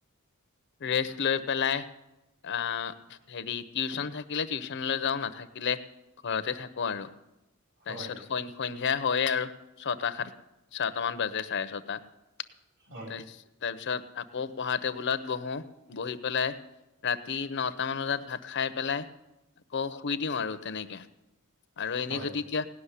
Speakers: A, on the left; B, on the right.
A: ৰেষ্ট লৈ পেলাই- আহ হেৰি টিউচন থাকিলে টিউচনলৈ যাওঁ। নাথাকিলে ঘৰতে থাকো আৰু তাৰপিছত
B: হয়
A: সন্ধিয়া হয় আৰু ছয়টা সাত ছয়টা মান বাজে চাৰে ছটা- তাৰপিছত
B: হয়
A: আকৌ পঢ়া টেবুলত বহো বহি পেলাই। ৰাতি নটামান বজাত ভাত খাই পেলাই- আকৌ শুই দিওঁ, আৰু তেনেকে আৰু এনে
B: হয়
A: যদি এতিয়া।